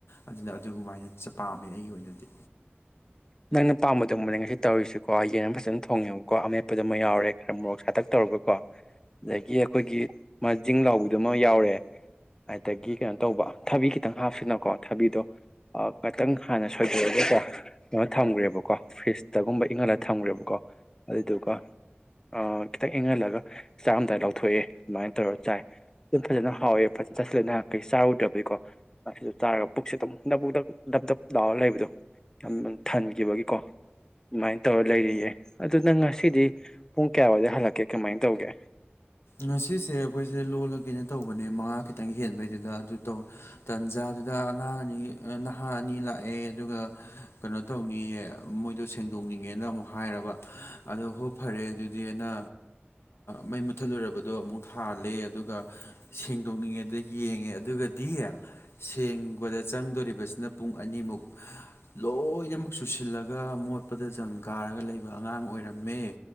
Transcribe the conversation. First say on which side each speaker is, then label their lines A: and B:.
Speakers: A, on the left; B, on the left.
A: ꯑꯗꯨꯅ ꯑꯗꯨꯒꯨꯃꯥꯏꯅ ꯆꯥ ꯄꯥꯝꯃꯦ ꯑꯩꯒꯤ ꯑꯣꯏꯅꯗꯤ
B: ꯅꯪꯅ ꯄꯥꯝꯕꯗꯨꯃꯛꯅꯦ ꯉꯁꯤ ꯇꯧꯔꯤꯁꯤꯀꯣ ꯌꯦꯟ ꯑꯃ ꯐꯖꯅ ꯊꯣꯡꯉꯦꯕꯀꯣ ꯑꯃꯦꯠꯄꯗꯨ ꯑꯃ ꯌꯥꯎꯔꯦ ꯈꯔ ꯃꯣꯔꯣꯛ ꯁꯥꯇꯛ ꯇꯧꯔꯒꯀꯣ ꯑꯗꯒꯤ ꯑꯈꯣꯏꯒꯤ ꯃꯥꯖꯤꯡ ꯂꯥꯎꯕꯗꯨꯃ ꯌꯥꯎꯔꯦ ꯑꯗꯒꯤ ꯀꯩꯅꯣ ꯇꯧꯕ ꯊꯕꯤ ꯈꯤꯇꯪ ꯍꯥꯞꯁꯤꯅꯀꯣ ꯊꯕꯤꯗꯣ ꯑ ꯀꯇꯪ ꯍꯥꯟꯅ ꯁꯣꯏꯗꯣꯛꯑꯒ ꯀꯣ ꯀꯩꯅꯣ ꯊꯝꯒ꯭ꯔꯦꯕꯀꯣ ꯐ꯭ꯔꯤꯖꯇꯒꯨꯝꯕ ꯏꯪꯍꯜꯂ ꯊꯝꯒ꯭ꯔꯦꯕꯀꯣ ꯑꯗꯨꯗꯨꯒ ꯑ ꯈꯤꯇꯪ ꯏꯪꯍꯜꯂꯒ ꯆꯥꯔꯝꯗꯥꯏ ꯂꯧꯊꯣꯛꯑꯦ ꯑꯗꯨꯃꯥꯏꯅ ꯇꯧꯔ ꯆꯥꯏ ꯑꯗꯨꯝ ꯐꯖꯅ ꯍꯥꯎꯋꯦ ꯐꯖꯅ ꯆꯥꯁꯤꯜꯂꯦ ꯅꯍ ꯀꯩ ꯆꯥꯔꯨꯗꯕꯩꯩꯀꯣ ꯑꯁꯤꯗ ꯆꯥꯔꯒ ꯄꯨꯛꯁꯤ ꯑꯗꯨꯨꯝ ꯅꯕꯨ ꯗꯕꯨꯛ ꯗꯞꯗꯞ ꯂꯥꯎꯔꯒ ꯂꯩꯕꯗꯣ ꯌꯥꯝ ꯊꯟꯈꯤꯕꯒꯤꯀꯣ ꯑꯗꯨꯃꯥꯏꯅ ꯇꯧꯔ ꯂꯩꯔꯤꯌꯦ ꯑꯗꯨ ꯅꯪ ꯉꯁꯤꯗꯤ ꯄꯨꯡ ꯀꯌꯥꯋꯥꯏꯗ ꯍꯜꯂꯛꯀꯦ ꯀꯃꯥꯏꯅ ꯇꯧꯒꯦ
A: ꯉꯁꯤꯁꯦ ꯑꯩ꯭ꯈꯣꯏꯁꯦ ꯂꯣꯜꯂꯒꯦꯅ ꯇꯧꯕꯅꯦ ꯃꯉꯥ ꯈꯤꯇꯪ ꯍꯦꯟꯕꯩꯗꯨꯗ ꯑꯗꯨ ꯇꯧ ꯇꯟꯖꯥꯗꯨꯗ ꯑꯉꯥꯡ ꯑꯅꯤ ꯅꯍꯥ ꯑꯅꯤ ꯂꯥꯛꯑꯦ ꯑꯗꯨꯒ ꯀꯩꯅꯣ ꯇꯧꯅꯤꯌꯦ ꯃꯣꯏꯗꯣ ꯁꯦꯡꯗꯣꯛꯅꯤꯡꯉꯦꯅ ꯑꯃꯨꯛ ꯍꯥꯏꯔꯕ ꯑꯗꯣ ꯍꯣꯞ ꯐꯔꯦ ꯑꯗꯨꯗꯤꯅ ꯃꯩ ꯃꯨ ꯃꯨꯊꯠꯂꯨꯔꯕꯗꯣ ꯑꯃꯨꯛ ꯊꯥꯜꯂꯦ ꯑꯗꯨꯒ ꯁꯦꯡꯗꯣꯛꯅꯤꯡꯉꯦꯗ ꯌꯦꯡꯉꯦ ꯑꯗꯨꯒꯗꯤ ꯁꯦꯡꯕꯗ ꯆꯪꯗꯧꯔꯤꯕꯁꯤꯅ ꯄꯨꯡ ꯑꯅꯤꯃꯨꯛ ꯂꯣꯏꯅꯃꯛ ꯆꯨꯁꯤꯜꯂꯒ ꯃꯣꯠꯄꯗ ꯖꯪ ꯀꯥꯔꯒ ꯂꯩꯕ ꯑꯉꯥꯡ ꯑꯣꯏꯔꯝꯃꯦ